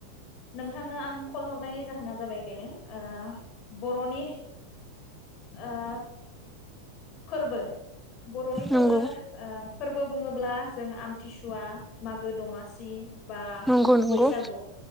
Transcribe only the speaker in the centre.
नंगौ
नंगौ नंगौ